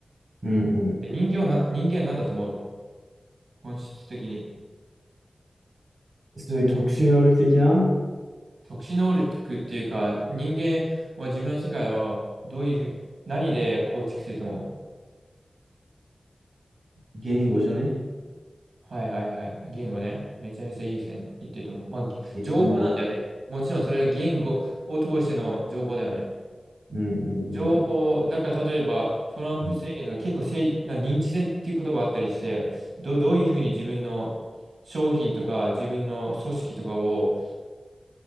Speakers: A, on the right; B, on the right.
A: うん、うん。
B: 人間はな、人間は何だと思う本質的に。
A: そういう特殊能力的な
B: 特殊能力っていうか、人間は自分の世界をどういうふう、何で構築すると思う
A: 言語じゃね
B: はいはいはい。言語ね。めちゃめちゃいい線いってると思う。まあ、ぎ情報なんだよね。
A: 言語。
B: もちろんそれが言語を通しての情報だよね。
A: うん、うん、
B: 情報、だから例えばトランプ政権とか結構政治、
A: うん。
B: な認知戦っていう言葉あったりして、ど、どういうふうに自分の商品とか自分の組織とかを